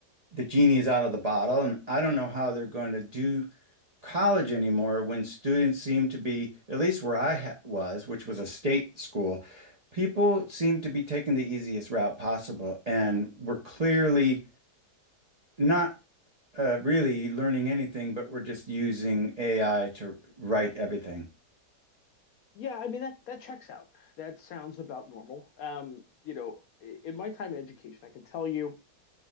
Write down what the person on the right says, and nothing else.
the genie is out of the bottle, and I don't know how they're going to do college anymore when students seem to be, at least where I ha was, which was a state school, people seem to be taking the easiest route possible, and we're clearly not uh, really learning anything, but we're just using AI to write everything.